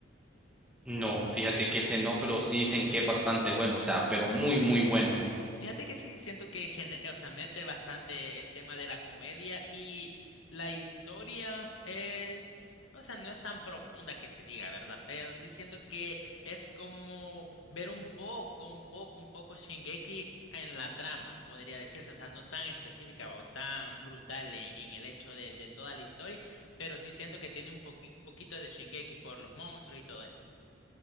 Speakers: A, in the centre; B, on the left.
A: No, fíjate que ese no, pero sí dicen que es bastante bueno, o sea, pero muy, muy bueno.
B: Fíjate que sí siento que gene- o sea, mete bastante el tema de la comedia y la historia es, o sea, no es tan profunda que se diga, ¿verdad? Pero sí siento que es como ver un poco, un poco, un poco Shingeki en la trama, podría decirse, o sea, no tan específica o tan brutal en, en el hecho de, de toda la historia, pero sí siento que tiene un poqui- poquito de Shingeki por los monstruos y todo eso.